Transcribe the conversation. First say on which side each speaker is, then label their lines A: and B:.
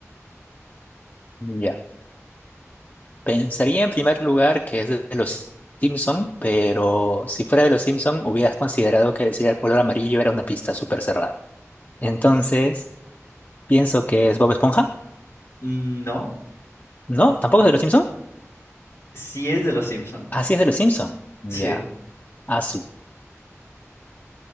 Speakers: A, on the left; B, on the left.
A: Ya. Pensaría en primer lugar que es de de los Simpson, pero si fuera de los Simpson hubieras considerado que decir el color amarillo era una pista súper cerrada. Entonces, pienso que es Bob Esponja.
B: No,
A: No, tampoco es de los Simpson.
B: sí es de los Simpson.
A: Así es de los Simpson. Ya.
B: Sí,
A: Azu.